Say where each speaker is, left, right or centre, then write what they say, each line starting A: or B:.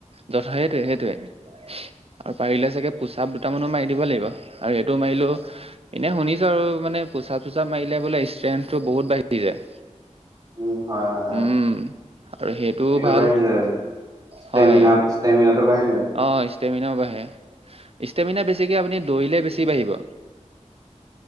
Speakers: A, on the right; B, on the right.
A: কথা সেইটোৱে, সেইটোয়ে, আৰু পাৰিলে চাগে পোচাপ দুটামানো মাৰি দিব লাগিব আৰু সেইটোও মাৰি এনেই শুনিছোঁ আৰু মানে পোচাপ চোছাপ মাৰিলে বোলে ষ্ট্ৰেংথটো বহুত বাঢ়ি যায়।
B: উম, হয় হয়।
A: উম, আৰু সেইটোও
B: এইটো
A: ভাল,
B: বাঢ়ি যায়। ষ্টেমিনা
A: হয়।
B: ষ্টেমিনাটো বাঢ়ি যায়,
A: অ', ইষ্টেমিনাও বাঢ়ে, ইষ্টেমিনা বেছিকৈ আপুনি দৰিলে বেছি বাঢ়িব।